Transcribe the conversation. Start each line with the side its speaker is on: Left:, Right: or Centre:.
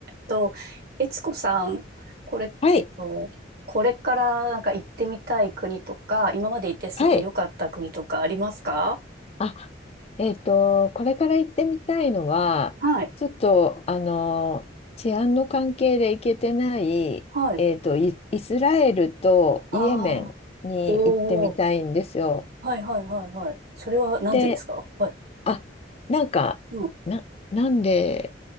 Right: と、えつこさん、これ、
Left: はい、
Right: えっと、これからなんか行ってみたい国とか、今まで行ってすごい良かった国とかありますか
Left: はい。あ、えっと、これから行ってみたいのは、
Right: はい。
Left: ちょっと、あの、治安の関係で行けてない、
Right: はい。
Left: えっと、イ、イスラエルとイエメンに行ってみたいんですよ。
Right: ああ、おお、はいはいはいはい。それはなんでですかはい。
Left: で、あ、なんか、
Right: うん。
Left: な、なんで